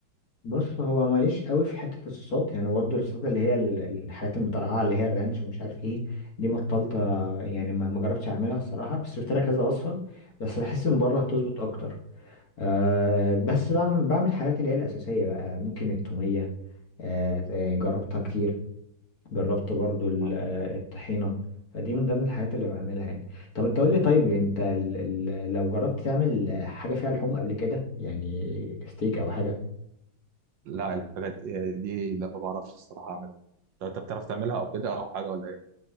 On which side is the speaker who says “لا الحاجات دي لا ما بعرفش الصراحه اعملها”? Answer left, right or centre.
Right